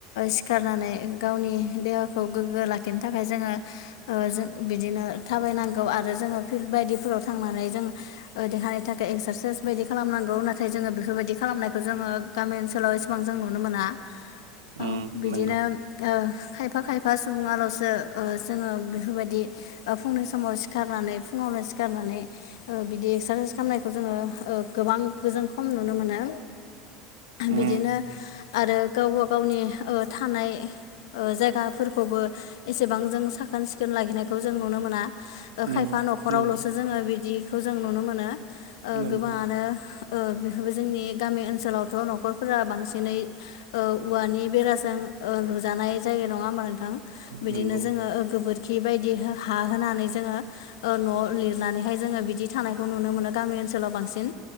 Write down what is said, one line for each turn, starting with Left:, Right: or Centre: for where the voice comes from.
Left: सिखारनानै गावनि देहाखौ गोग्गो लाखि बेनि थाखाय जोङो ज बिदिनो थाबायनांगौ आरो जोङो फिल्ड बायदिफोराव थांनानै जों देहानि थाखाय एक्सारसाइस बायदि खालामनांगौ नाथाय जोङो बेफोरबायदि खालामखौ जोङो गामि ओनसोल सोलाव एसेबां जों नुनो मोना औ
Right: उम
Left: बिदिनो
Right: नंगौ
Left: ओ खायफा-खायफा सुबुङाल'सो जोङो बेफोरबायदि फुंनि समाव सिखारनानै फुङाव सिखारनानै ओ बिदि एक्सारसाइस खालामनायखौ जोङो ओ गोबां गोजों खम नुनो मोनो।
Right: <unintelligible> उम
Left: बिदिनो आरो गावबा गावनि ओ थानाय ओ जायगाफोरखौबो एसेबां जों साखोन सिखोन लाखिनायखौ जों नुनो मोना।
Right: उम
Left: खायफा न'खरावल'सो
Right: नंगौ
Left: जोङो बिदिखौ जों नुनो मोनो ओ
Right: नंगौ
Left: गोबाङानो ओ बेफोरबो जोंनि गामि ओनसोलावथ' न नख'रफोरा बांसिनै ओ औवानि बेराजों ओ लुजानाय जायो नङा होमबा नों थां बिदिनो
Right: नंगौ
Left: जोङो गोबोरखि बायदि हा होनानै जोङो ओ न' लिरनानैहाय जोङो बिदि थानायखौ नुनो मोनो गामि ओनसोलाव बांसिन